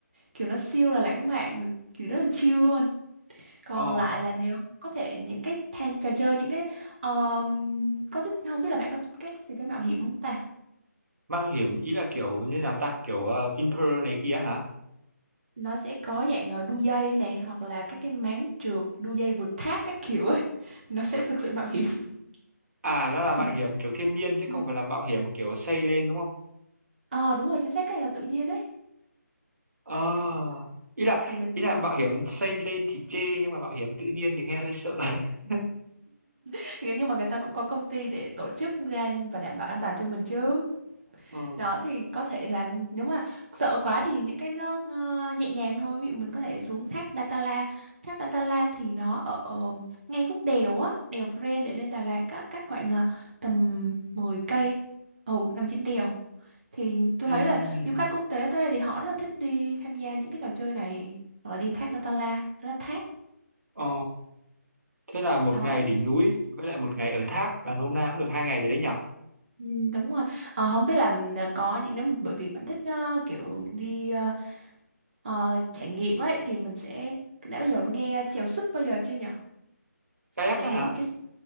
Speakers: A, on the right (about 35°); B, on the right (about 60°).
A: Kiểu nó siêu là lãng mạn, kiểu rất là chill luôn. Còn
B: Ồ,
A: lại là nếu có thể những cái than trò chơi những cái um, có thích không biết là bạn có thích các trò chơi mạo hiểm không ta?
B: mạo hiểm ý là kiểu như là ta kiểu ờ, Vinpearl này kia hả?
A: Nó sẽ có dạng ờ, đu dây này hoặc là các cái máng trượt, đu dây vượt thác các kiểu ấy, <laughs> nó sẽ thực sự mạo hiểm <laughs>
B: À nó là
A: thì
B: mạo
A: đi.
B: hiểm kiểu thiên nhiên chứ
A: Ừ.
B: không phải là mạo hiểm kiểu xây lên đúng không?
A: Ờ đúng rồi, chính xác cái này là tự nhiên ấy.
B: Ờ, ý là
A: Thì mình
B: ý
A: sẽ
B: là mạo hiểm xây lên thì chê nhưng mà mạo hiểm tự nhiên thì nghe hơi sợ. <laughs>
A: <laughs> nhưng mà người ta cũng có công ty để tổ chức ra và đảm bảo an toàn cho mình chứ.
B: Ờ,
A: Đó thì có thể là nếu mà sợ quá thì những cái nó ờ, nhẹ nhàng thôi ví dụ mình có thể xuống thác Datala thác Datala thì nó ở ờ, ngay khúc đèo á đèo Pren để lên Đà Lạt á cách khoảng ờ, tầm mười cây ồ nằm trên đèo thì tôi
B: ừm,
A: thấy là du khách quốc tế tới đây thì họ rất là thích đi tham gia những cái trò chơi này hoặc là đi thác Datala đó là thác
B: Ồ, thế là một
A: đó
B: ngày đỉnh núi với lại một ngày ở thác là nôm na cũng được hai ngày rồi đấy nhở?
A: Ừ, đúng rồi Ờ, không biết là ừ, có những nếu mà- bởi vì bạn thích ờ, kiểu đi ờ, Ờ, trải nghiệm ấy thì mình sẽ đã bao giờ nghe chèo súp bao giờ chưa nhở
B: Kayak
A: cái
B: á hả?
A: cái